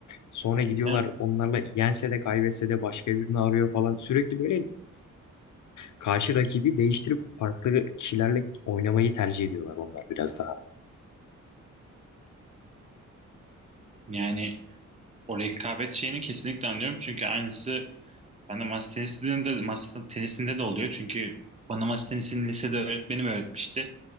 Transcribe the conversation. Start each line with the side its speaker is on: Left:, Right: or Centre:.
Left: Sonra
Right: Değil
Left: gidiyorlar
Right: mi?
Left: onlarla yense de kaybetse de başka birini arıyor falan. Sürekli böyle Karşı rakibi değiştirip farklı kişilerle oynamayı tercih ediyorlar onlar biraz daha.
Right: Yani o rekabet şeyini kesinlikle anlıyorum. Çünkü aynısı ben de masa tenisinde, masa tenisinde de oluyor. Çünkü bana masa tenisini lisede öğretmenim öğretmişti.